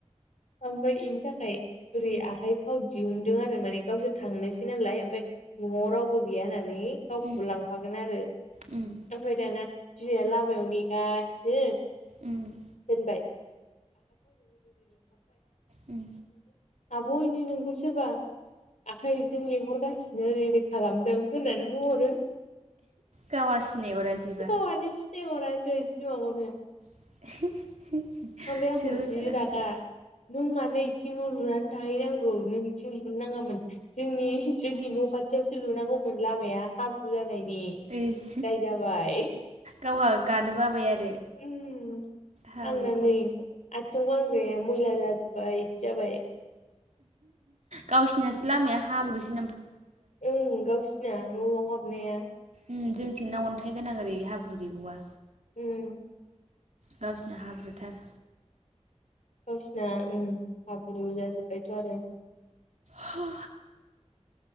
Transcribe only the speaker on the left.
ओमफ्राय बेनि थाखाय ओरै
आखाइ फाव दिहुनदों आरो माने गावसोर थांनोसै नालाय। ओमफ्राय न'आव रावबो गैया होननानै गावखौबो
लांफागोन आरो ओमफफ्राय
दाना बिमाया लामायाव नेगासिनो।
दोनबाय
आब' ओइनै नोंखौ सोरबा आखाइजों लेंंहरगासिनो ओरै ओरै खालामदों होन्नानै बुंहरो
गावहानो सिनायहरासै सिमांआवनो
ओमफ्राय आंखौ
जि
रागा नों मानो बिथिं न लुना थाहैनांगौ थिं लुनो नङामोन जोंनि जोंनि न' खाथियावसो लुनांगौ लामाया हाब्रु जा नायनि
दाय जाबाय
उम
आंना नै आथिं गांग्राया मैला जाजोब्बाय इदि जाबाय
ओं गावसिना न'आव हाबनाया
उम
गावसिना हाब्रु जाजोब्बायथ' आरो